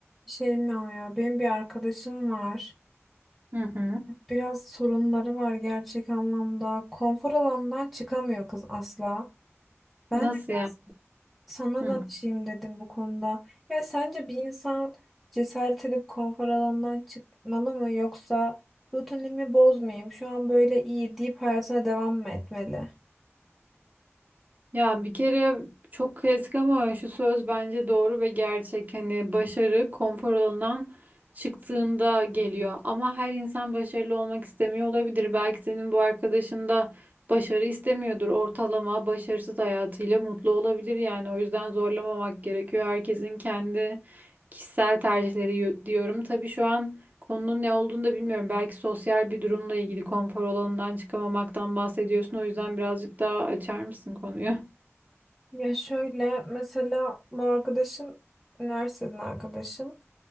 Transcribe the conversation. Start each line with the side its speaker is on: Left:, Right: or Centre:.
Centre: Şey mi o ya? Benim bir arkadaşım var.
Right: Hı hı.
Centre: Biraz sorunları var gerçek anlamda. Konfor alanından çıkamıyor kız asla. Ben
Right: Nasıl
Centre: de biraz
Right: yani?
Centre: sana
Right: Hı.
Centre: danışayım dedim bu konuda. Ya sence bir insan cesaret edip konfor alanından çıkmalı mı yoksa rutinimi bozmayayım, şu an böyle iyi deyip hayatına devam mı etmeli?
Right: Ya bir kere çok klasik ama şu söz bence doğru ve gerçek. Hani başarı konfor alanından çıktığında geliyor. Ama her insan başarılı olmak istemiyor olabilir. Belki senin bu arkadaşın da başarı istemiyordur. Ortalama başarısız hayatıyla mutlu olabilir yani. O yüzden zorlamamak gerekiyor. Herkesin kendi kişisel tercihleri yo- diyorum. Tabii şu an konunun ne olduğunu da bilmiyorum. Belki sosyal bir durumla ilgili konfor alanından çıkamamaktan bahsediyorsun. O yüzden birazcık daha açar mısın konuyu?
Centre: Ya şöyle mesela bu arkadaşım üniversiteden arkadaşım.